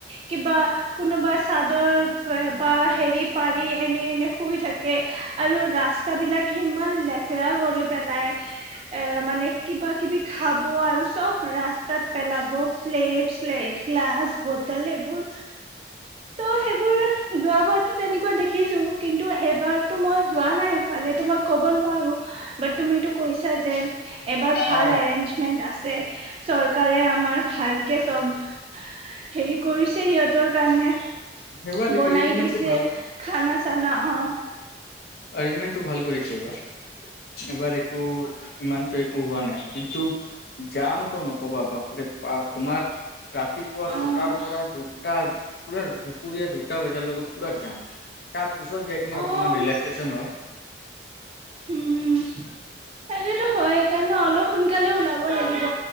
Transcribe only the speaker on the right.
কিবা, কোনোবা চাদৰ বা হেৰি পাৰি এনে এনে শুই থাকে আৰু ৰাস্তা বিলাক ইমান লে বেয়া কৰি পেলাই, এ, মানে কিবা কিবি খাব আৰু চব ৰাস্তাত পেলাব প্লেট-স্লেট গ্লাছ বটল এইবোৰ, ত' সেইবোৰ যোৱাবাৰতো তেনেকুৱা দেখিছো, কিন্তু এবাৰতো মই যোৱা নাই সেফালে, ত' মই ক'ব নোৱাৰো, বাট তুমিটো কৈছা <unintelligible> এবাৰ ভাল
এৰেঞ্জমেন্ট আছে, চৰকাৰে আমাৰ ভালকে চব হেৰি কৰিছে সিহঁতৰ কাৰণে
বনাই
দিছে,
খানা চানা আহ
অ
অ
উম সেইটোতো হয় সেইকাৰণে অলপ সোনকালে ওলাব লাগিব